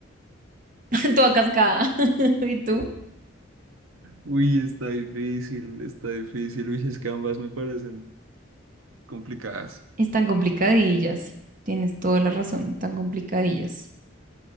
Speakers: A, on the right (about 40°); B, on the right (about 80°).
A: <laughs> Toda cascada. <laughs> ¿Y tú?
B: Uy, está difícil, está difícil. Uy, es que ambas me parecen complicadas.
A: Están complicadillas. Tienes toda la razón, tan complicadillas.